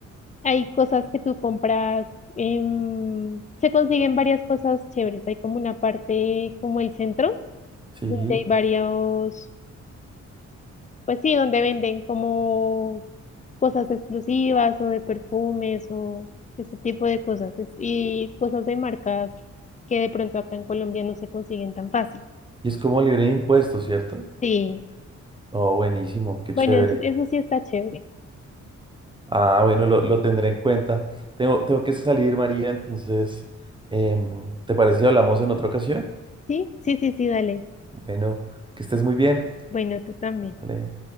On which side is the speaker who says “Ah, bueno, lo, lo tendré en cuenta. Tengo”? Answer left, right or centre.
Right